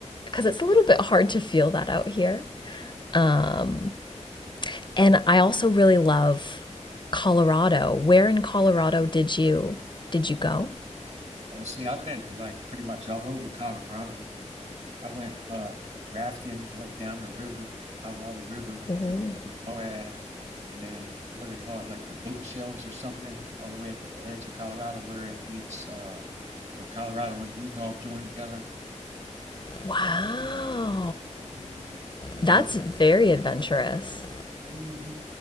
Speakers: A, on the left (about 40°); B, on the right (about 60°).
A: Because it's a little bit hard to feel that out here. Um, and I also really love Colorado. Where in Colorado did you did you go?
B: Oh, see, I've been like pretty much all over Colorado. I went uh, rafting like down the river, Colorado River,
A: Oh,
B: to in the Moab, and then what do they call it, like the bookshelves or something, all the way at the edge of Colorado where it meets, uh, where Colorado and Utah join together.
A: wow.
B: Mhm. And then
A: That's
B: I,
A: very adventurous.
B: Mhm.